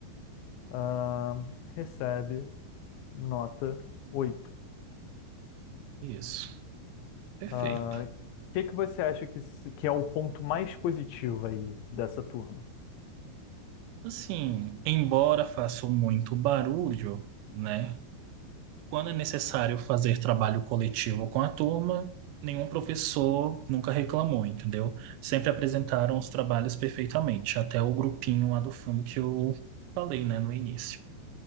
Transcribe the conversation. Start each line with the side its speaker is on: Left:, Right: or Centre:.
Left: ah, recebe nota 8.
Right: Isso, perfeito.
Left: Ah, O que que você acha que, se- que é o ponto mais positivo aí dessa turma?
Right: Assim, embora faça muito barulho, né? Quando é necessário fazer trabalho coletivo com a turma, nenhum professor nunca reclamou, entendeu? Sempre apresentaram os trabalhos perfeitamente, até o grupinho lá do fundo que eu falei, né, no início.